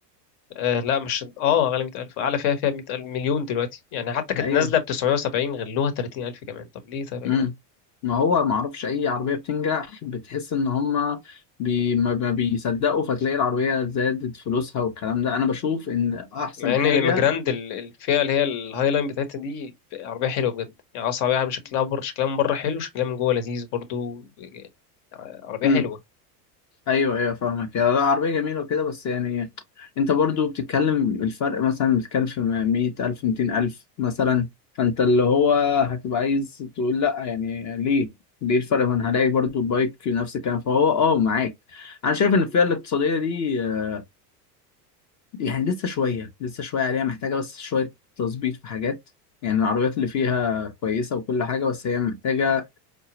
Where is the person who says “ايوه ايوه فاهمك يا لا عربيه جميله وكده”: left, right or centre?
Left